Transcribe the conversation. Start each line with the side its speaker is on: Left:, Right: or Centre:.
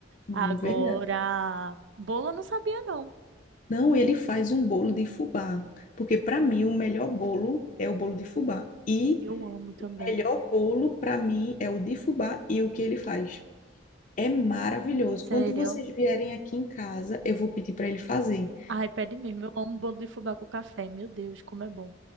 Left: hum,
Right: Agora,
Left: verdade.
Right: bolo eu não sabia, não.
Left: Não, ele faz um bolo de fubá, porque para mim o melhor bolo é o bolo de fubá. E
Right: Eu amo também.
Left: o melhor bolo para mim é o de fubá e o que ele faz. É maravilhoso.
Right: Sério.
Left: Quando vocês vierem aqui em casa, eu vou pedir para ele fazer.
Right: Ai, pede mesmo. Eu amo bolo de fubá com café. Meu Deus, como é bom.